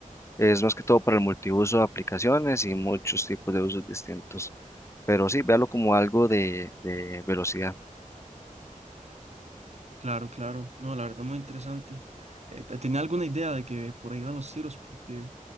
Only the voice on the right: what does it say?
Claro, claro. No, la verdad, muy interesante. Eh, pe- tenía alguna idea de que por ahí iban los tiros, porque